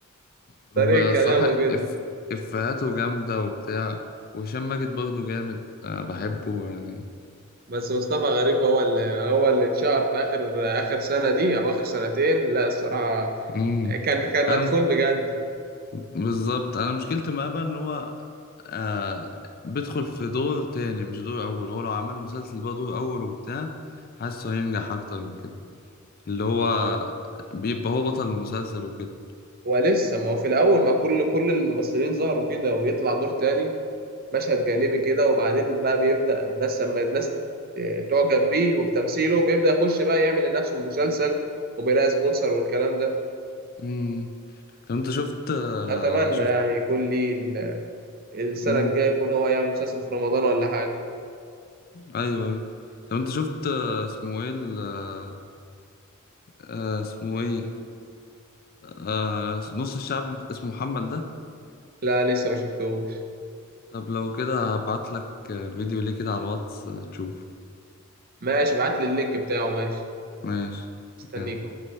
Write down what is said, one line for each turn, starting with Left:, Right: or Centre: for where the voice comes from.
Left: بصراحه
Right: طريقة كلامه كده
Left: اف... افيهاته جامده وبتاع وهشام ماجد برضه جامد آه، بحبه يعني
Right: بس مصطفى غريب هو اللي هو اللي اتشهر في اخر اخر سنه دي او اخر سنتين لا الصراحه
Left: امم
Right: كان كان مدفون
Left: انا م-
Right: بجد
Left: بالظبط انا مشكلتي معاه بقى ان هو آه بيدخل في دور تاني مش دور أول هو لو عمل مسلسل بقى دور أول وبتاع حاسه هينجح أكتر من كده اللي هو
Right: اه
Left: بيبقى هو بطل المسلسل وكده
Right: ولسه ما هو في الاول ما كل كل الممثلين ظهروا كده ويطلع دور تاني مشهد جانبي كده وبعدين بقى بيبدا الناس لما الناس تعجب بيه وبتمثيله بيبدا يخش بقى يعمل لنفسه المسلسل وبيلاقي سبونسر والكلام ده
Left: امم طب أنت شفت آه
Right: فاتمنى
Left: شفت
Right: يعني يكون لي ال- السنه
Left: امم
Right: الجايه يكون هو يعمل مسلسل في رمضان ولا حاجه
Left: أيوه أيوه طب أنت شفت آه اسمه إيه ال- آه آه، اسمه إيه آه نص الشعب اسمه محمد ده
Right: لا لسه ما شفتوش
Left: طب لو كده هبعتلك آه، فيديو ليه كده على الواتس آه، تشوفه
Right: ماشي ابعت لي اللينك بتاعه ماشي
Left: ماشي
Right: استنيك
Left: يلا
Right: اهو